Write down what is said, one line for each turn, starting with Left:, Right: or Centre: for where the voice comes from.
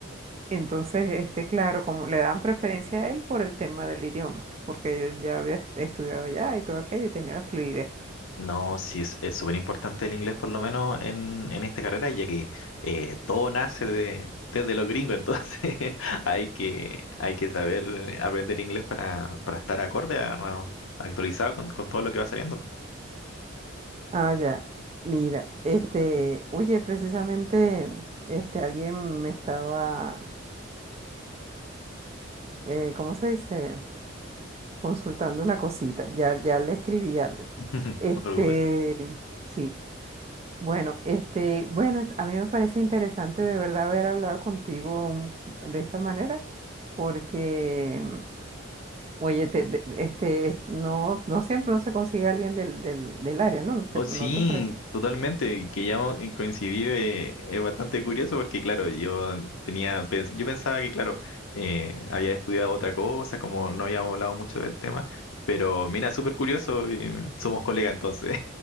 Right: Entonces, este, claro, como le daban preferencia a él por el tema del idioma, porque él ya había est- estudiado allá y todo aquello y tenía la fluidez.
Left: No, sí, es es súper importante el inglés, por lo menos en, en esta carrera, ya que eh, todo nace de, desde los gringos, entonces <laughs> hay que, hay que saber eh, aprender inglés para, para estar acorde, a- a- actualizado con, con todo lo que va saliendo.
Right: Ah, ya. Mira, este, oye, precisamente, este, alguien me estaba, eh, ¿cómo se dice? Consultando una cosita. Ya, ya le escribí algo.
Left: <laughs> No
Right: Este,
Left: te preocupes.
Right: sí. Bueno, este, bueno, es- a mí me parece interesante de verdad haber hablado contigo de esta manera, porque, oye, te- te- este, no, no siempre uno se consigue a alguien del, del, del área, ¿no? ¿No te,
Left: Oh, sí,
Right: no te parece?
Left: totalmente, y que ya mo- eh, coincidí, eh, es bastante curioso porque, claro, yo tenía, pens- yo pensaba que, claro, eh, había estudiado otra cosa, como no habíamos hablado mucho del tema, pero mira, súper curioso, y somos colegas entonces.